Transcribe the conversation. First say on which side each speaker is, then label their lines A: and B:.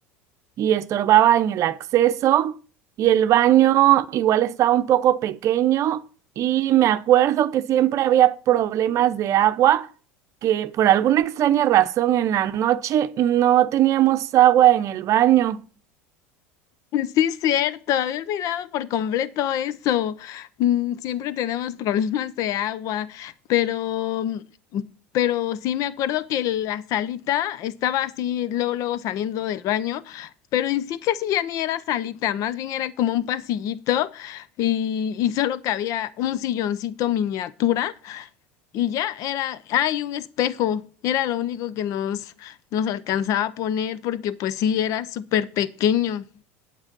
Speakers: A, on the right; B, on the left.
A: y estorbaba en el acceso, y el baño igual estaba un poco pequeño, y me acuerdo que siempre había problemas de agua, que por alguna extraña razón en la noche no teníamos agua en el baño.
B: Sí, cierto, había olvidado por completo eso. Mm, Siempre tenemos problemas de agua, pero, pero sí me acuerdo que la salita estaba así, luego, luego saliendo del baño, pero en sí casi ya ni era salita, más bien era como un pasillito y, y solo cabía un silloncito miniatura y ya era, hay un espejo, era lo único que nos, nos alcanzaba a poner porque pues sí, era súper pequeño.